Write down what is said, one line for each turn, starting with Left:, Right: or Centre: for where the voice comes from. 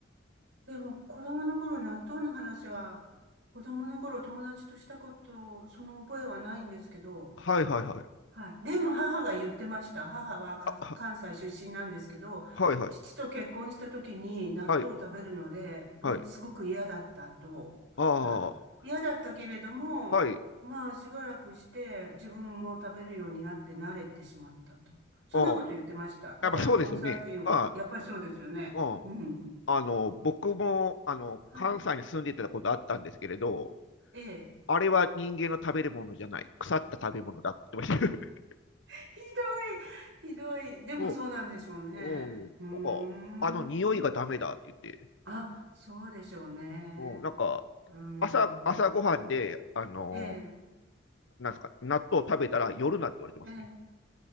Right: でも、子供の頃、納豆の話は、子供の頃友達としたこと、その覚えはないんですけど、
Left: い、はい、はい、
Right: はい。でも、母が言ってました。母はか関西出身なんですけど、
Left: あ、はい、はい、はい、
Right: 父と結婚した時に納豆を食べるので、
Left: あ、はい、はい、はい、はい、
Right: ね、すごく嫌だったと。
Left: あ
Right: はい。嫌だったけれども、
Left: あ、はい、
Right: まあ、しばらくして自分も食べるようになって慣れてしまったと。そんなこと言ってました。
Left: ああ、
Right: だから関西人は、
Left: やっぱそうですよね。まあ
Right: やっぱりそうですよね。
Left: うん。
Right: うん。
Left: あの、僕も、あの、
Right: はい。
Left: 関西に住んでたことあったんですけれど、
Right: ええ。え
Left: あれは人間の食べるものじゃない、腐った食べ物だって言ってました。<laughs>
Right: <laughs> ひどい、ひどい。でもそうなんでしょうね。
Left: うんうんなんか、
Right: うーん。
Left: あの匂いがダメだって言って、
Right: あ、そうでしょうね。
Left: うん、なんか、
Right: うーん。
Left: 朝、朝ごはんで、あのー
Right: ええ、
Left: なんですか、納豆食べたら夜なって言われてますね。
Right: え